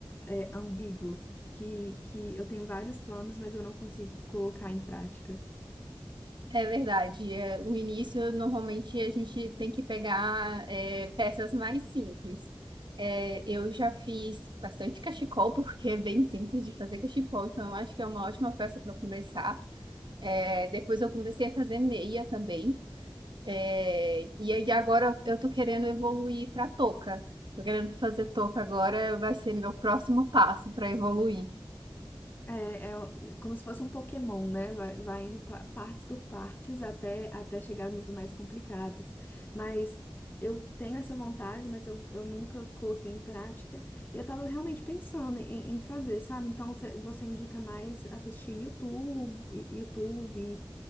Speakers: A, on the left; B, on the right.
A: é, ambíguo, que, que eu tenho vários planos, mas eu não consigo colocar em prática.
B: É verdade. É, no início, normalmente a gente tem que pegar é, peças mais simples. É, eu já fiz bastante cachecol, <laughs> porque é bem simples de fazer cachecol, então eu acho que é uma ótima peça para começar. É, depois eu comecei a fazer meia também. É, e aí agora eu tô querendo evoluir para touca. Tô querendo fazer touca agora, vai ser meu próximo passo para evoluir.
A: É, é o- é como se fosse um Pokémon, né? Vai, vai indo pa- partes por partes até, até chegar nos mais complicados. Mas eu tenho essa vontade, mas eu, eu nunca coloquei em prática. E eu tava realmente pensando em, em fazer, sabe? Então você, você indica mais assistir YouTube, YouTube e,